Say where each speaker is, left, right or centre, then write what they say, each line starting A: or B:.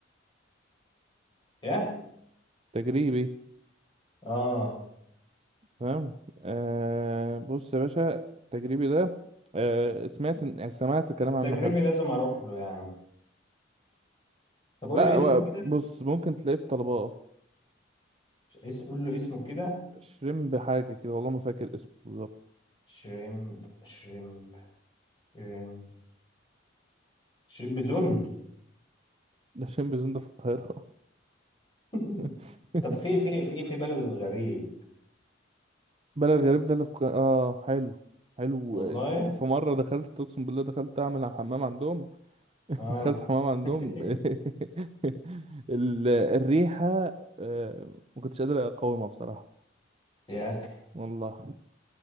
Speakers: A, on the left (about 25°); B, on the right (about 30°).
A: ياه
B: تجريبي
A: اه
B: فاهم آه بص يا باشا التجريبي ده آه سمعت إن- يعني سمعت الكلام
A: بس
B: عنه
A: تجربي
B: حلو
A: لازم اروح له يعني طب قول
B: لا
A: لي اسمه
B: هو
A: كده
B: بص ممكن تلاقيه في طلبات
A: ش- اس قول له اسمه كده
B: شريمب حاجة كده والله ما فاكر اسمه بالظبط
A: شريمب شريمب شريمب شريمب زون
B: ده شريمب زون ده في القاهرة
A: <laughs>
B: <laughs>
A: طب في في في في بلد الغريب
B: بلد غريب ده اللي في ق... اه حلو حلو
A: والله
B: آه، في مرة دخلت اقسم بالله دخلت اعمل على حمام عندهم <laughs>
A: اه
B: دخلت حمام عندهم
A: <laughs>
B: <laughs> ال... الريحة آه، ما كنتش قادر اقاومها بصراحة
A: يا اخي
B: والله